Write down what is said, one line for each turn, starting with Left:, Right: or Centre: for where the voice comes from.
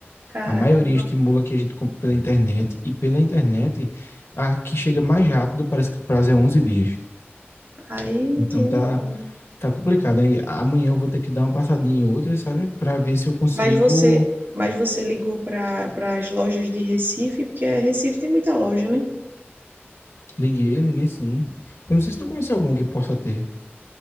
Right: Cara,
Left: A maioria estimula que a gente compre pela internet. E pela internet, a que chega mais rápido, parece que o prazo é 11 dias.
Right: aí não
Left: Então
Right: tem
Left: tá,
Right: nem como.
Left: tá complicado. Aí amanhã eu vou ter que dar uma passadinha em outras, sabe? Para ver se eu consigo.
Right: Mas você, mas você ligou para para as lojas de Recife, porque eh, Recife tem muita loja, né?
Left: Liguei, liguei sim. Eu não sei se tu conhece algum que possa ter.